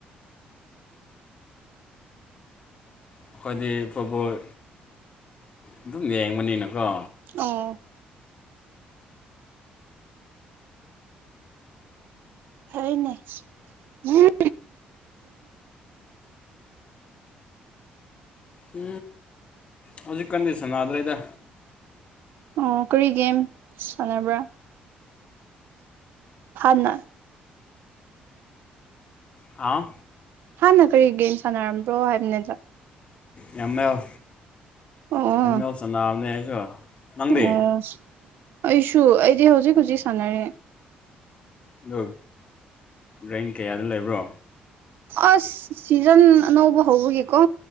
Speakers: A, on the left; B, on the right.
A: ꯑꯩꯈꯣꯏꯗꯤ ꯐꯨꯠꯕꯣꯜ ꯑꯗꯨꯝ ꯌꯦꯡꯕꯅꯤꯅꯀꯣ
B: ꯑꯣ ꯐꯩꯅꯦ <inaudible>
A: ꯎ ꯍꯧꯖꯤꯛ ꯀꯟꯗꯤ ꯁꯟꯅꯗꯔꯦꯗ
B: ꯑꯣ ꯀꯔꯤꯒꯦꯝ ꯁꯥꯟꯅꯕ꯭ꯔꯥ ꯍꯥꯟꯅ
A: ꯑꯥ
B: ꯍꯥꯟꯅ ꯀꯔꯤ ꯒꯦꯝ ꯁꯥꯟꯅꯔꯝꯕ꯭ꯔꯣ ꯍꯥꯏꯕ ꯅꯠꯇ꯭ꯔꯥ
A: M L
B: O O
A: M L ꯆꯅꯥꯕꯅꯦ ꯑꯩꯁꯨ ꯅꯪꯗꯤ
B: ꯑꯣ ꯑꯩꯁꯨ ꯑꯩꯗꯤ ꯍꯧꯖꯤꯛ ꯍꯧꯖꯤꯛ ꯁꯥꯟꯅꯔꯦ
A: ꯑꯗꯣ ꯔꯦꯡ ꯀꯌꯥꯗ ꯂꯩꯕ꯭ꯔꯣ
B: ꯑꯁ ꯁꯤꯖꯟ ꯑꯅꯧꯕ ꯍꯧꯕꯒꯤꯀꯣ